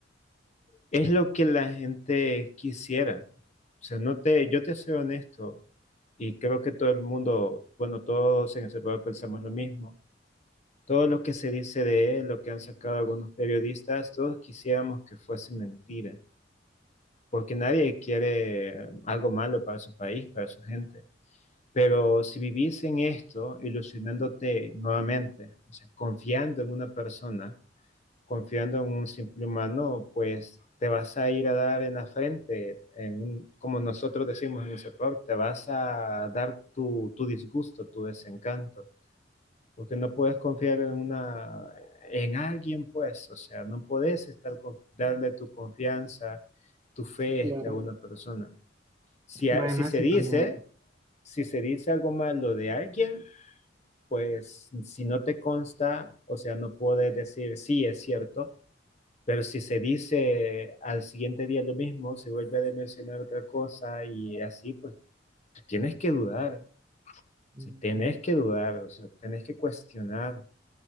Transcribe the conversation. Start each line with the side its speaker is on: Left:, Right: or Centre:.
Left: Es lo que la gente quisiera. O sea, no te,
Right: Claro,
Left: yo te soy honesto y creo que todo el mundo, bueno, todos en ese pueblo pensamos lo mismo Todo lo que se dice de él, lo que han sacado algunos periodistas, todos quisiéramos que fuese mentira, porque nadie quiere eh, algo malo para su país, para su gente. Pero si vivís en esto, ilusionándote nuevamente, o sea, confiando en una persona, confiando en un simple humano, pues te vas a ir a dar en la frente, en un- como nosotros decimos en el sector, te vas a dar tu, tu disgusto, tu desencanto porque no puedes confiar en una, en alguien, pues, o sea, no puedes estar con- darle tu confianza, tu fe
Right: claro.
Left: este, a una persona. Si, a-
Right: Bueno,
Left: si se
Right: eso
Left: dice,
Right: también.
Left: si se dice algo malo de alguien, pues si no te consta, o sea, no puedes decir sí, es cierto, pero si se dice al siguiente día lo mismo, se vuelve a mencionar otra cosa y así, pues tienes que dudar, o
Right: Mm,
Left: sea, tienes que dudar, o sea, tienes que cuestionar.